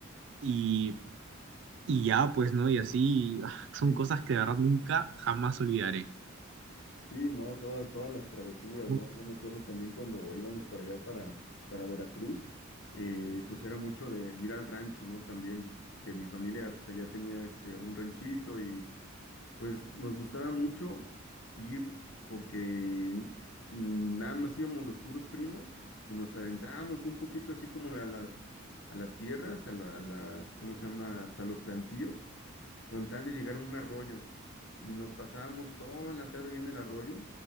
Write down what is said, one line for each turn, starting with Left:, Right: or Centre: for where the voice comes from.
Right: Y, y ya, pues, ¿no? Y así, ah, son
Left: y
Right: cosas que de verdad nunca jamás olvidaré.
Left: sí, no, todas, todas las travesuras,
Right: Mu-
Left: ¿no? Yo me acuerdo también cuando íbamos para allá, para, para Veracruz, eh, pues era mucho de ir al rancho, ¿no? También, que mi familia, pues allá tenía este, un ranchito y pues nos gustaba mucho ir porque mm, nada más íbamos los puros primos y nos adentrábamos un poquito así como a las, a las tierras, a, la- a las, ¿cómo se llama? Pues a los plantíos con tal de llegar a un arroyo. Y nos pasábamos toda la tarde en el arroyo